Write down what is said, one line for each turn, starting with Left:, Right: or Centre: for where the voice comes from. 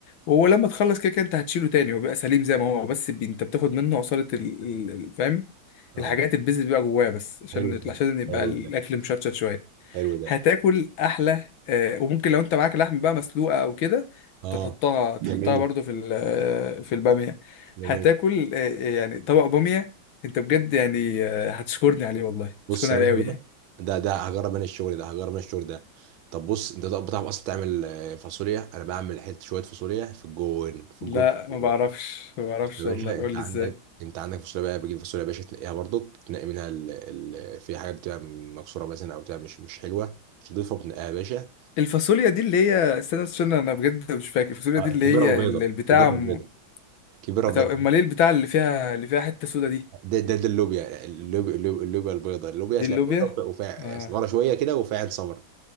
Left: ولما تخلص كده كده انت هتشيله تاني وبيبقى سليم زي ما هو بس بي- انت بتاخد منه عصاره ال- ال- ال- فاهم
Right: اه
Left: الحاجات البيز اللي بيبقى جواه بس عشان
Right: حلو ده
Left: عشان يبقى
Right: حلو
Left: الاكل
Right: ده
Left: مشطشط شويه
Right: حلو ده
Left: هتاكل احلى آه، وممكن لو انت معاك لحم بقى مسلوقه او كده
Right: اه
Left: تحطها تحطها
Right: جميل
Left: برضو في ال- آه، في الباميه
Right: جميل
Left: هتاكل آه، يعني طبق باميه انت بجد يعني آه، هتشكرني عليه والله
Right: بص
Left: هتشكرني
Right: يا
Left: عليه
Right: باشا
Left: قوي
Right: بقى
Left: يعني.
Right: ده ده هجرب انا الشغل ده هجرب انا الشغل ده طب بص انت طب بتعرف اصلا تعمل آه، فاصوليا انا بعمل حته شويه فاصوليا في الجون في
Left: لا
Right: الجون في
Left: ما
Right: الجون.
Left: بعرفش ما بعرفش
Right: بص يا باشا
Left: والله قول
Right: انت
Left: لي
Right: عندك
Left: ازاي
Right: انت عندك فاصوليا بقى بتجيب فاصوليا يا باشا تنقيها برضك تنقي منها ال... ال... في حاجه بتبقى مكسوره مثلا او بتبقى مش مش حلوه تضيفها وتنقيها يا باشا
Left: الفاصوليا دي اللي هي استنى بس عشان انا بجد مش فاكر الفاصوليا
Right: اه
Left: دي اللي
Right: كبيره
Left: هي
Right: وبيضه
Left: ال- البتاع
Right: كبيره
Left: م...
Right: وبيضه كبيره وبيضه
Left: طب امال ايه البتاع اللي فيها اللي فيها حته سودا دي
Right: ده ده ده اللوبيا اللوبيا اللوبيا, اللوبيا البيضاء اللوبيا
Left: دي
Right: تلاقي
Left: اللوبيا
Right: بيضاء وفيها
Left: اه
Right: صغيره شويه كده وفيها عين سمراء